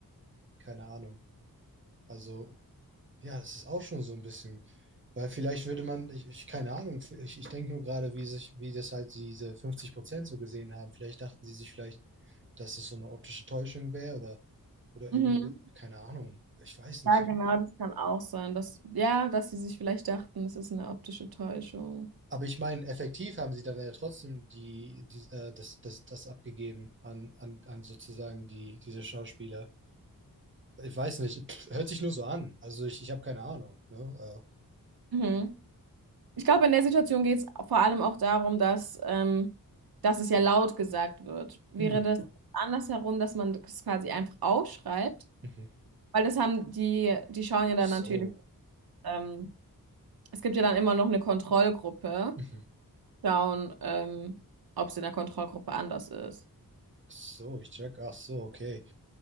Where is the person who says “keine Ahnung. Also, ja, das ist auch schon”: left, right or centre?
Right